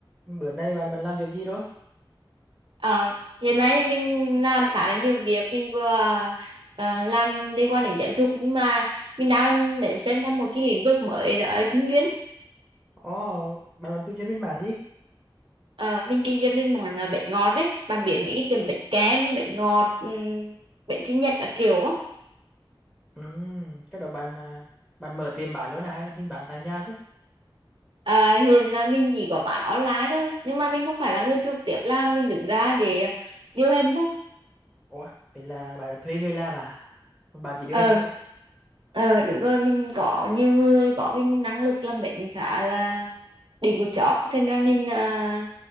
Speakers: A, in the centre; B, on the right.
A: Bữa nay bạn bạn làm việc gì rồi?
B: Ờ, hiện nay mình làm khá là nhiều việc mình vừa ờ, làm liên quan đến giáo dục nhưng mà mình đang để xem ra một cái lĩnh vực mới đó là kinh doanh
A: Ồ, bạn bạn kinh doanh bên mảng gì?
B: Ờ, mình kinh doanh bên mảng ờ, bánh ngọt đấy bạn biết mấy cái tiệm bánh kem bánh ngọt um, bánh sinh nhật các kiểu á.
A: Ừ, cái đó bạn à, bạn mở tiệm bán luôn à hay là mình bán tại nhà thôi?
B: Ờ, hiện là mình chỉ có bán online thôi nhưng mà mình không phải là người trực tiếp làm mình đứng ra để điều hành thôi
A: Ủa, vậy là bạn thuê người làm à? Còn bạn chỉ điều
B: ờ
A: hành thôi.
B: ờ đúng rồi mình có nhiều người có cái năng lực làm bệnh khá là đỉnh của chóp thế nên là mình à,